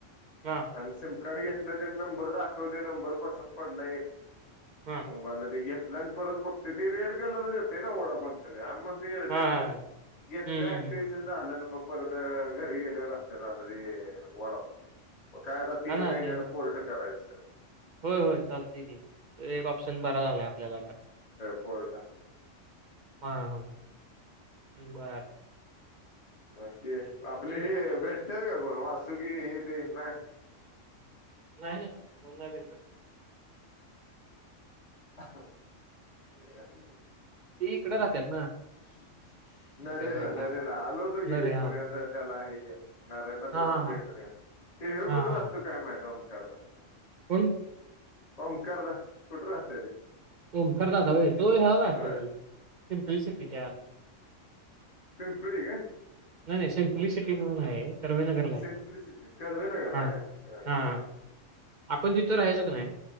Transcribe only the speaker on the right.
हां,
हां.
हां,
हां.
हं, हं,
हं.
हां ना,
ते
होय होय चालतय की हे एक ऑप्शन बरा झालाय आपल्याला.
हा हा <inaudible> बर.
आपल्या
इथं?
नाही, नाही, नाही भेटत.
ते इकड राहत्यात.
साईडला.
नरे हां.
हां,
हां, हां.
हां,
हां,
हां.
कोण?
ओंकार दादा होय तो ह्याला राहतोय
पिंपरी सिटीत. <inaudible>
नाही, नाही सिम्पली सिटी म्हणून आहे. कर्वेनगरला
हाय तो <inaudible>
हा हा
हा हा. आपण जिथं राहायचो कनाही,